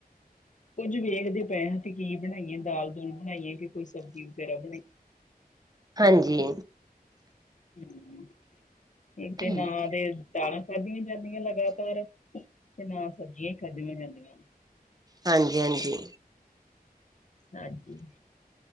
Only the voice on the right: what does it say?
ਹਾਂਜੀ।
ਠੀਕ
ਹਾਂਜੀ -ਹਾਂਜੀ